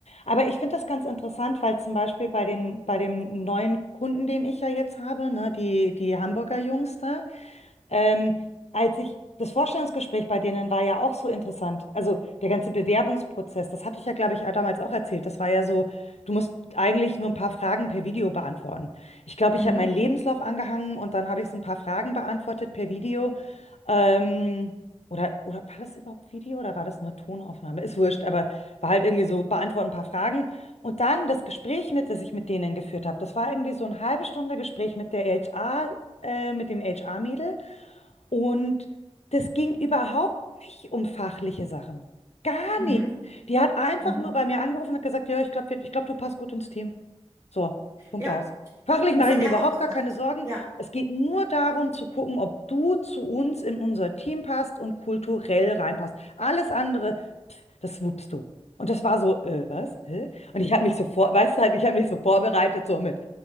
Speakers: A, on the left (about 80°); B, on the right (about 25°).
A: Aber ich finde das ganz interessant, weil zum Beispiel bei den, bei dem neuen Kunden, den ich ja jetzt habe, ne, die, die Hamburger Jungs da, Ähm, als ich, das Vorstellungsgespräch bei denen war ja auch so interessant. Also der ganze Bewerbungsprozess, das hatte ich ja, glaube ich, auch damals auch erzählt. Das war ja so, du musst eigentlich nur ein paar Fragen per Video beantworten. Ich glaube,
B: Mhm,
A: ich habe meinen Lebenslauf angehangen und dann habe ich so ein paar Fragen beantwortet per Video. Ähm, oder, oder war das überhaupt Video oder war das nur Tonaufnahme? Ist wurscht, aber war halt irgendwie so, beantworten ein paar Fragen. Und dann das Gespräch mit, das ich mit denen geführt habe, das war irgendwie so eine halbe Stunde Gespräch mit der HR, äh, mit dem HR-Mädel. Und das ging überhaupt nicht um fachliche Sachen. Gar
B: mhm,
A: nicht. Die hat einfach
B: mhm.
A: nur bei mir angerufen und hat gesagt, ja, ich glaube, ich glaub, du passt gut ins Team. So, Punkt
B: Ja,
A: aus. Fachlich
B: das
A: mache
B: hat
A: ich mir
B: er
A: überhaupt
B: auch gesagt.
A: gar keine Sorgen.
B: Ja,
A: Es geht nur darum zu gucken, ob du zu uns in unser Team passt und kulturell reinpasst. Alles andere das wuppst du. Und das war so, äh, was? Hä? Und ich habe mich so vor, weißt du halt, ich habe mich so vorbereitet, so mit,